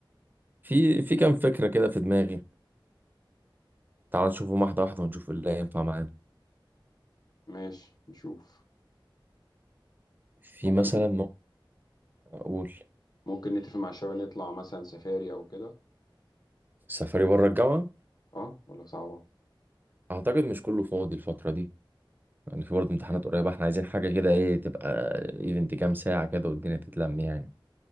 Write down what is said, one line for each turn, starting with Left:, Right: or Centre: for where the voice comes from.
Right: في في كام فكرة كده في دماغي تعال نشوفهم واحدة واحدة ونشوف ايه اللي هينفع معانا
Left: ماشي نشوف
Right: في
Left: ممكن
Right: مثلا ممكن أقول
Left: ممكن نتفق مع الشباب نطلع مثلا سفاري أو كده
Right: سفري بره الجامعة
Left: أه ولا صعبة
Right: أعتقد مش كله فاضي الفترة دي يعني في برضه امتحانات قريبة احنا عايزين حاجة كده ايه تبقى ايفنت كام ساعة كده والدنيا تتلم يعني